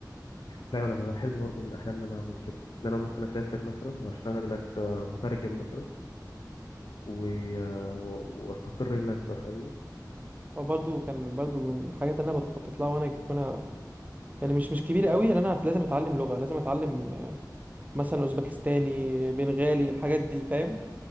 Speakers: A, on the left (about 75°); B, on the right (about 20°).
A: فعلا انا حلمي برضه من احلامي ان انا اعمل كده ان انا ممكن اسافر مثلا واشتغل هناك آه، مترجم مثلا و... آه، و- واستقر هناك بقى فاهمني
B: او برضو كان برضو من الحاجات اللي انا بخطط لها وانا وانا يعني مش مش كبير قوي ان انا هت- لازم اتعلم لغه لازم اتعلم آه، مثلا اوزبكستاني بنغالي الحاجات دي فاهم